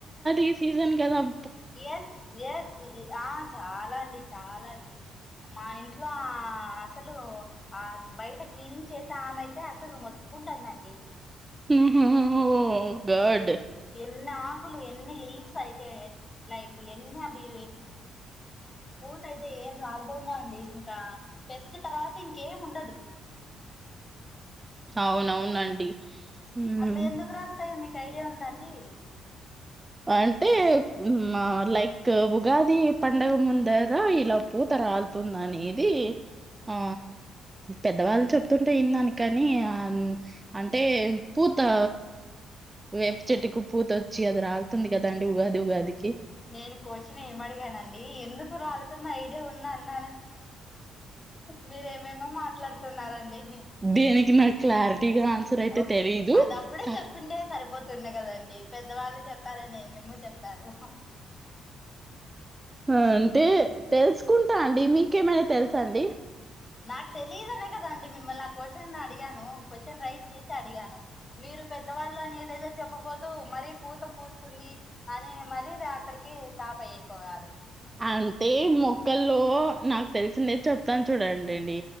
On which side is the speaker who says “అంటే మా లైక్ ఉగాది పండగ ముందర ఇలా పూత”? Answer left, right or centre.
Right